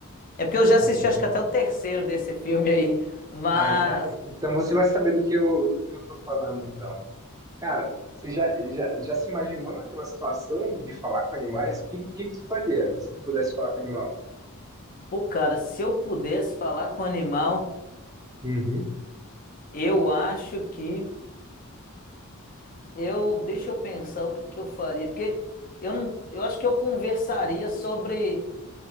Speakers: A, on the left (about 40°); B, on the right (about 15°).
A: É porque eu já assisti,
B: uhum.
A: acho que até o terceiro desse filme aí. Mas,
B: Ah, então, então você vai saber do que eu, do que eu tô falando, então. Cara, você já, já, já se imaginou naquela situação de falar com animais? O que, que que tu faria se tu pudesse falar com animal?
A: pô, cara, se eu pudesse falar com o animal,
B: Uhum.
A: eu acho que Eu, deixa eu pensar o que que eu faria, porque eu não, eu acho que eu conversaria sobre